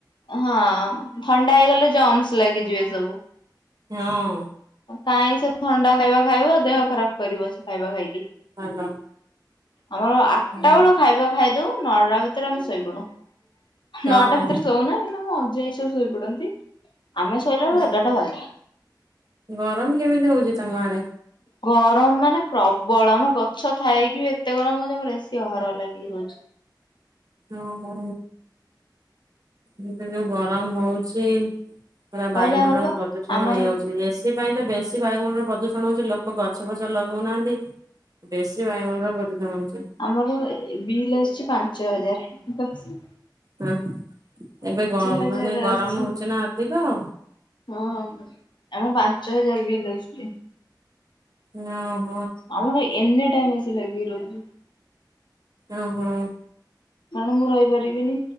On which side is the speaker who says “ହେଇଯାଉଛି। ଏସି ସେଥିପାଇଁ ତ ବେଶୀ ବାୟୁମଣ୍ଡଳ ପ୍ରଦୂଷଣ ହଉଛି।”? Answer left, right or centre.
Right